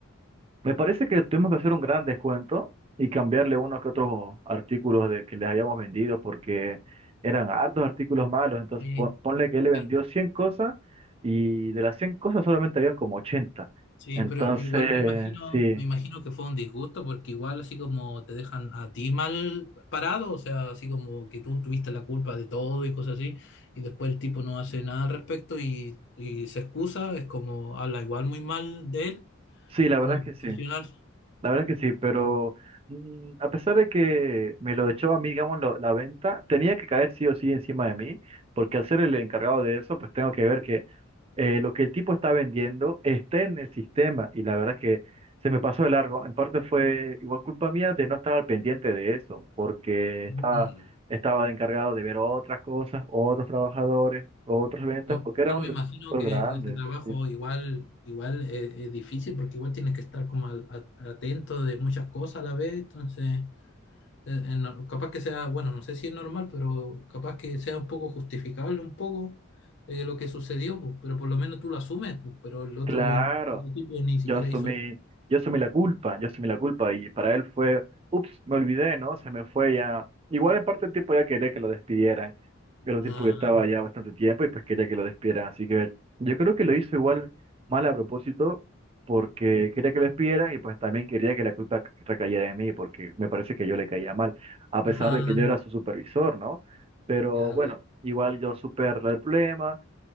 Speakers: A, on the right; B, on the left.
A: me parece que tuvimos que hacer un gran descuento y cambiarle uno que otros artículos de, que les habíamos vendido porque eran hartos artículos malos. Entonces
B: Sí,
A: pon- ponle que él le vendió
B: sí,
A: 100 cosas y de las 100 cosas solamente habían como ochenta
B: sí,
A: Entonces,
B: pero yo igual me imagino,
A: sí,
B: me imagino que fue un disgusto porque igual así como te dejan a ti mal parado, o sea, así como que tú tuviste la culpa de todo y cosas así, y después el tipo no hace nada al respecto y, y se excusa, es como habla igual muy mal de él
A: sí, la
B: como
A: verdad es
B: profesional.
A: que sí. La verdad que sí, pero mm, a pesar de que me lo echó a mí, digamos, lo- la venta, tenía que caer sí o sí encima de mí, porque al ser el encargado de eso, pues tengo que ver que eh, lo que el tipo está vendiendo esté en el sistema. Y la verdad es que se me pasó de largo. En parte fue igual culpa mía de no estar al pendiente de eso, porque esta-
B: Mm,
A: estaba de encargado de ver otras cosas, otros trabajadores, otras ventas,
B: Pero
A: porque
B: igual
A: era un
B: me
A: sector
B: imagino que
A: grande.
B: en ese trabajo
A: sí.
B: igual, igual es, es difícil porque igual tienes que estar como al- a- atento de muchas cosas a la vez, entonces eh, eh, no- capaz que sea, bueno, no sé si es normal, pero capaz que sea un poco justificable un poco de lo que sucedió, pues, pero por lo menos tú lo asumes, pues, pero el otro,
A: Claro.
B: in- el otro tipo ni siquiera
A: Yo asumí,
B: hizo eso.
A: yo asumí la culpa, yo asumí la culpa y para él fue, ups, me olvidé, ¿no? Se me fue ya. Igual en parte el tipo ya quería que lo despidieran, pero el
B: Ah,
A: tiempo que estaba ya
B: <laughs>
A: bastante tiempo y pues quería que lo despidieran. Así que yo creo que lo hizo igual mal a propósito porque quería que lo despidieran y pues también quería que la culpa c- recayera en mí porque me parece que yo le caía mal, a pesar
B: ajá,
A: de que yo era su supervisor, ¿no? Pero
B: ya
A: bueno,
B: lo-
A: igual yo supe arreglar el problema,